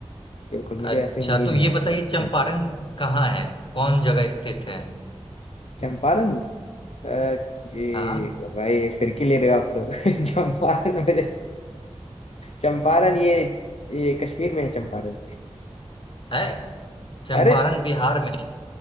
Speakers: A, on the left (about 75°); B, on the left (about 50°).
A: बिल्कुल मुझे
B: अच्छा
A: ऐसी उम्मीद
B: तो
A: है
B: ये बताइए चंपारण
A: जी।
B: कहाँ है कौन जगह स्थित है
A: चंपारण अ, ये
B: हाँ
A: भाई फिरकी ले रहे हो आप तो <laughs> चंपारण मेरे चंपारण ये, ये कश्मीर में है चंपारण
B: है चंपारण
A: अरे
B: बिहार में